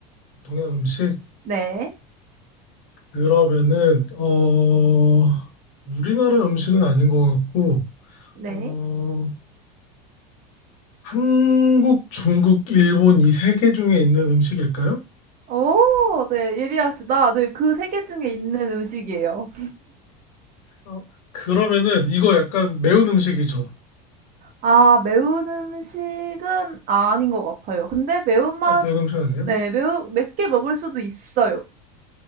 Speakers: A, on the left; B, on the right.
A: 동양 음식?
B: 네,
A: 그러면은 어 우리나라 음식은 아닌 것 같고
B: 네.
A: 어 한국, 중국, 일본 이 세 개 중에 있는 음식일까요?
B: 오, 네, 예리하시다. 네, 그 세 개 중에 있는 음식이에요.
A: 어 그러면은 이거 약간 매운 음식이죠?
B: 아 매운 음식은 아닌 것 같아요. 근데 매운맛
A: 아 매운 음식 아니에요?
B: 네 매우 맵게 먹을 수도 있어요.